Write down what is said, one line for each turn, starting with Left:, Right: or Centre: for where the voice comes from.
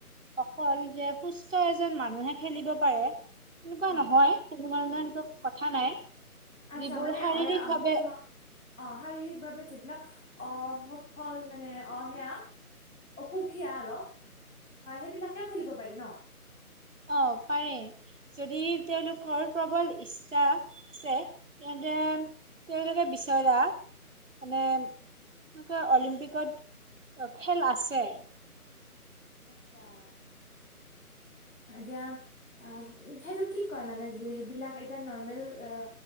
Right: অকল যে সুস্থ এজন মানুহে খেলিব পাৰে তেনেকুৱা
Left: অ
Right: নহয় কথা নাই
Left: আচ্ছা
Right: যিবোৰ
Left: মানে
Right: শাৰীৰিক
Left: অঁ
Right: ভাৱে
Left: তোমাৰ অঁ শাৰীৰিকভাৱে যিবিলাক অঁ স ফল মানে অঁ সেয়া অসুখীয়া অলপ হয় সেইবিলাকেও খেলিব পাৰি ন
Right: অঁ পাৰে যদি তেওঁলোকৰ প্ৰবল ইচ্ছা আছে তেন্তে তেওঁলোকে বিচৰা মানে অলিম্পিকত খেল আছে
Left: আটচ্ছা এতিয়া আঁ সেইটো কি কয় মানে সেইবিলাক এতিয়া নৰ্মেল আঁ